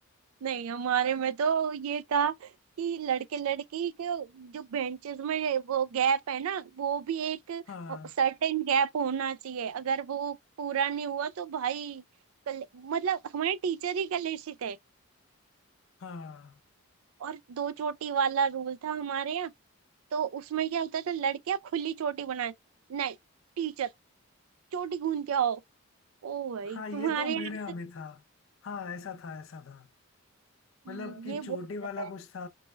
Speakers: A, on the right (about 75°); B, on the left (about 60°).
A: नहीं हमारे में तो ये था कि लड़के लड़की के जो बेंचेस में वो गैप है ना वो भी एक
B: हाँ
A: सर्टेन गैप होना चाहिए अगर वो पूरा नहीं हुआ तो भाई कल, मतलब हमारे टीचर ही कलेशी थे
B: हाँ
A: और दो चोटी वाला रूल था हमारे यहाँ तो उसमें क्या होता था लड़कियां खुली चोटी बनाए नहीं टीचर चोटी गूंद के आओ ओ भाई
B: हाँ ये
A: तुम्हारे
B: तो
A: यहाँ
B: मेरे यहाँ
A: ऐसे-
B: भी था हाँ ऐसा था ऐसा था
A: हम्म,
B: मतलब कि
A: ये
B: चोटी
A: बहुत
B: वाला
A: रहता है
B: कुछ था